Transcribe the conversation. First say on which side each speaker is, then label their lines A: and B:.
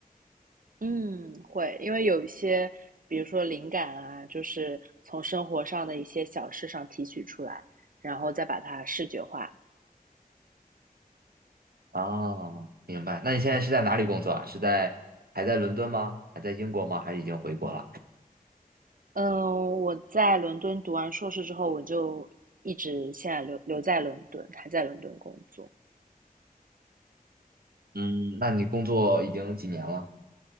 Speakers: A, on the right (about 65°); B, on the right (about 80°).
A: 嗯，会，因为有一些，比如说灵感啊，就是从生活上的一些小事上提取出来，然后再把它视觉化，
B: 哦，明白。那你现在是在哪里工作啊？是在还在伦敦吗？还在英国吗？还是已经回国了？
A: 嗯，我在伦敦读完硕士之后，我就一直现在留留在伦敦，还在伦敦工作。
B: 嗯，那你工作已经几年了？